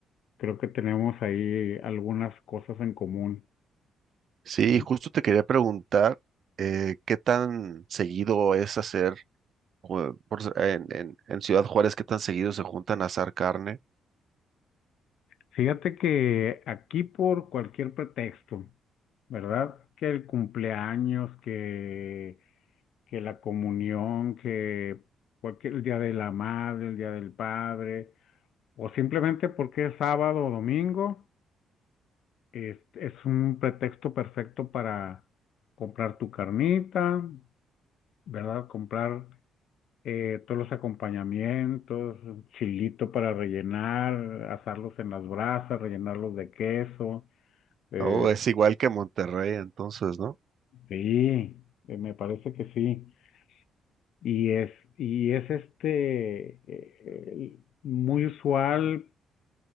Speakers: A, on the left (about 75°); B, on the right (about 60°).
A: Creo que tenemos ahí algunas cosas en común,
B: Sí,
A: ¿no?
B: justo te quería preguntar eh, qué tan seguido es hacer, jue- por s- en, en- en Ciudad Juárez, qué tan seguido se juntan a asar carne.
A: Fíjate que aquí por cualquier pretexto, ¿verdad? Que el cumpleaños, que, que la comunión, que cualquier, el día de la madre, el día del padre, o simplemente porque es sábado o domingo. Es, es un pretexto perfecto para comprar tu carnita, ¿verdad? Comprar eh, todos los acompañamientos, chilito para rellenar, asarlos en las brasas, rellenarlos de queso. eh,
B: Oh, es igual que Monterrey, entonces, ¿no?
A: sí, eh, me parece que sí. Y es, y es este eh, eh, muy usual